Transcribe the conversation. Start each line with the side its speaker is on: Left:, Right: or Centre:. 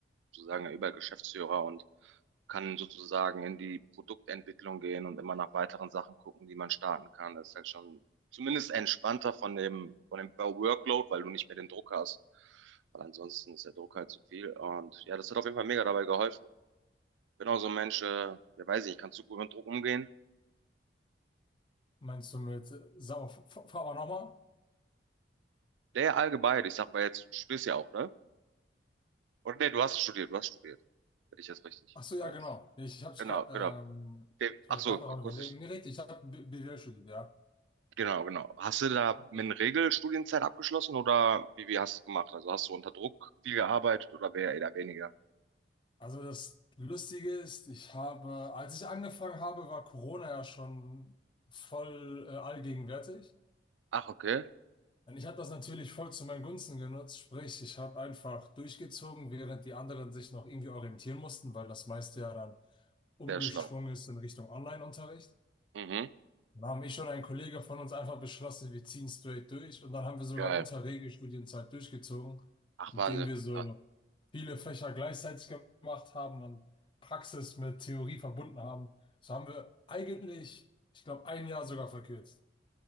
Right: sozusagen über Geschäftsführer und kann sozusagen in die Produktentwicklung gehen und immer nach weiteren Sachen gucken, die man starten kann. Das ist halt schon zumindest entspannter von dem, von dem Workload, weil du nicht mehr den Druck hast. Weil ansonsten ist der Druck halt zu viel. Und ja, das hat auf jeden Fall mega dabei geholfen. Ich bin auch so ein Mensch, äh, ja weiß ich nicht, kannst du gut mit Druck umgehen?
Left: Meinst du mit, äh, sag mal, fahr fahr mal nochmal?
Right: Der allgemein, ich sag mal jetzt, du studierst ja auch, ne? Oder nee, du hast studiert, du hast studiert. Wenn ich das richtig
Left: Ach so, ja,
Right: weiß.
Left: genau. Nee, Ich habe gerade
Right: Genau, genau.
Left: ähm,
Right: Der,
Left: ich
Right: ach
Left: war
Right: so,
Left: gerade noch
Right: akustisch
Left: am Überlegen. Nee, richtig, ich habe BWL studiert, ja.
Right: Genau, genau. Hast du da mit einer Regelstudienzeit abgeschlossen oder wie, wie hast du es gemacht? Also hast du unter Druck viel gearbeitet oder wär- eher weniger?
Left: Also das Lustige ist, ich habe, als ich angefangen habe, war Corona ja schon voll äh, allgegenwärtig.
Right: Ach, okay.
Left: Und ich habe das natürlich voll zu meinen Gunsten genutzt. Sprich, ich habe einfach durchgezogen, während die anderen sich noch irgendwie orientieren mussten, weil das meiste ja dann umgeschwungen
Right: Sehr schlau.
Left: ist in Richtung Online-Unterricht.
Right: Mhm.
Left: Da haben ich und ein Kollege von uns einfach beschlossen, wir ziehen straight durch. Und dann haben wir sogar
Right: Geil.
Left: unsere Regelstudienzeit durchgezogen,
Right: Ach,
Left: indem
Right: Wahnsinn.
Left: wir so
Right: Ja.
Left: viele Fächer gleichzeitig gemacht haben und Praxis mit Theorie verbunden haben. So haben wir eigentlich, ich glaube, ein Jahr sogar verkürzt.